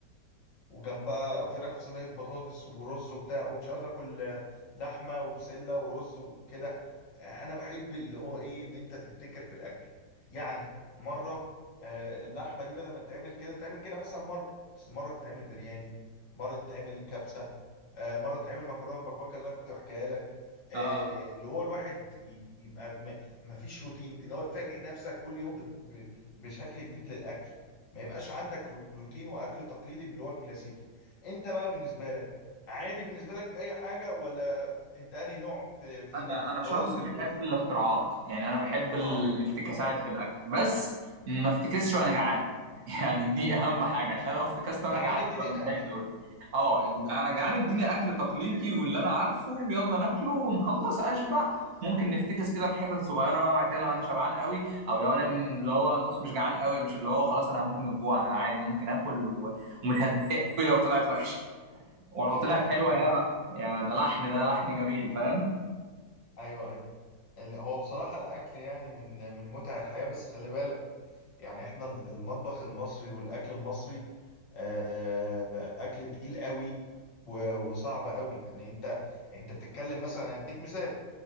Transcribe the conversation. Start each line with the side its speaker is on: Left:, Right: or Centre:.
Left: وجنبها فراخ في صينيه بطاطس ورز وبتاع ومش عاوز اكل آه، لحمه وبسله ورز وكده آه، انا بحب اللي هو ايه ان انت تبتكر في الاكل يعني مره آه، اللحمه دي بدل ما تتعمل كده تعمل كده مثلا مره بس مره تتعمل برياني مره تتعمل كبسه آه، مره تتعمل مكرونه بكبكه اللي انا كنت بحكيها لك آه،
Right: اه
Left: اللي هو الواحد ي- يبقى ما ما فيش روتين اللي هو تفاجئ نفسك كل يوم بت- ب- بشكل جديد للاكل ما يبقاش عندك رو- روتين واكل تقليدي من اللي هو الكلاسيكي انت بقى بالنسبه لك عادي بالنسبه لك اي حاجه ولا انت انهي نوع في فينا
Right: انا
Left: اللي
Right: انا شخص
Left: هو ال...
Right: بيحب الاختراعات يعني انا بحب الافتكاسات
Left: اه
Right: في الاكل بس ما افتكسش وانا جعان <laughs> يعني دي اهم حاجه عشان لو افتكست وانا
Left: جعان
Right: جعان
Left: اديني
Right: ببقى متضايق
Left: اكل
Right: قوي اه أنا جعان اديني اكل تقليدي واللي انا عارفه ويلا ناكله ونخلص اشبع ممكن نفتكس كده في حتت صغيره بقى بعد كده لو انا شبعان قوي او لو انا م- اللي هو نص مش جعان قوي مش اللي هو خلاص انا هموت من الجوع انا عادي ممكن اكل و- ومش هتضايق قوي لو طلعت وحشه ولو
Left: فهمتك
Right: طلعت حلوه
Left: فهمت
Right: يا بقى يا ده لحن ده لحن جميل فاهم
Left: ايوه ايوه ال- هو بصراحه الاكل يعني من من متع الحياه بس خلي بالك يعني احنا ال- المطبخ المصري والاكل المصري آه، اكل تقيل قوي و- وصعب قوي يعني انت انت بتتكلم مثلا هديك مثال